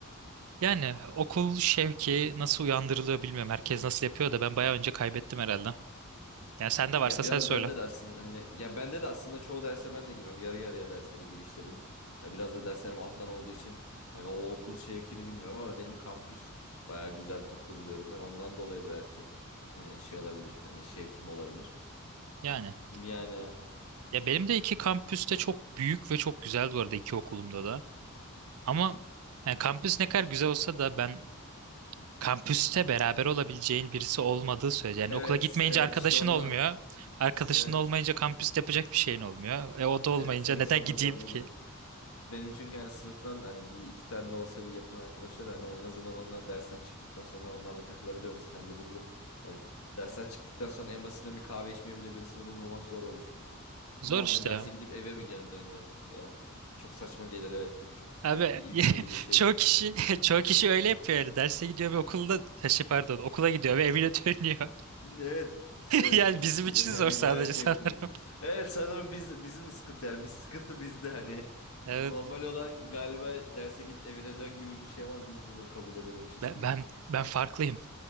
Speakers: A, on the right; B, on the left.
A: Yani okul şevki nasıl uyandırılıyor bilmiyorum. Herkes nasıl yapıyor da ben bayağı önce kaybettim herhalde. Yani sende varsa
B: Ya
A: sen
B: biraz
A: söyle.
B: bende de aslında hani ya bende de aslında çoğu derse ben de girmem. Yarı yarıya derslere girişlerim. Ya biraz da derslerim alttan olduğu için hani o okul şevkini bilmiyorum ama benim kampüs baya güzel tatlı buluyorum ben. Ondan dolayı belki e, şey olabilir. Hani şevkim olabilir.
A: Yani.
B: Yani
A: Ya benim de iki kampüste çok büyük ve çok güzel bu arada iki okulumda da. Ama yani kampüs ne kadar güzel olsa da ben kampüste beraber olabileceğin birisi olmadığı sürece. Yani
B: evet
A: okula gitmeyince
B: evet
A: arkadaşın
B: işte ondan.
A: olmuyor. Arkadaşın
B: Evet.
A: olmayınca kampüste yapacak bir şeyin olmuyor. E o da olmayınca
B: Evet senin
A: neden
B: sorunun
A: gideyim
B: biraz
A: ki?
B: bu gibi. Benim çünkü yani sınıftan hani bir iki tane de olsa bir yakın arkadaşlar hani en azından onlar dersten çıktıktan sonra onlarla takılabiliyorum. Sen dediğin gibi hani dersten çıktıktan sonra en basitinden bir kahve içmeye bile birisini bulmamak zor olur.
A: Zor
B: Ne yapacaksın?
A: işte.
B: Derse gidip eve mi gel döneceksin? Yani çok saçma gelir evet bu çok dikkat
A: Abi
B: ilgi
A: <laughs>
B: çekici bir şey
A: çoğu
B: değil.
A: kişi <laughs> çoğu kişi öyle yapıyor yani derse gidiyor ve okulda ya şey pardon okula gidiyor ve evine dönüyor. <laughs>
B: Evet evet
A: Yani
B: bu çok
A: bizim
B: şey
A: için
B: <laughs> hani
A: zor sadece
B: bayağı şey
A: sana.
B: kırıcı.
A: <laughs>
B: Evet sanırım biz bizim sıkıntı yani biz sıkıntı bizde hani
A: Evet.
B: normal olan galiba derse git evine dön gibi bir şey ama biz bunu kabullenememişiz
A: Ben,
B: gibi.
A: ben ben farklıyım.